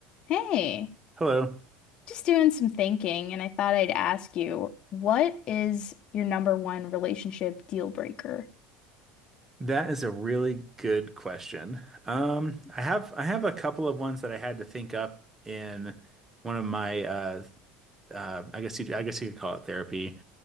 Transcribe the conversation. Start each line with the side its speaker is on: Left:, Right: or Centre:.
Left: Hey,
Right: Hello.
Left: just doing some thinking, and I thought I'd ask you, what is your number one relationship deal breaker?
Right: That is a really good question. Um, I have I have a couple of ones that I had to think up in one of my uh, uh, I guess you I guess you could call it therapy.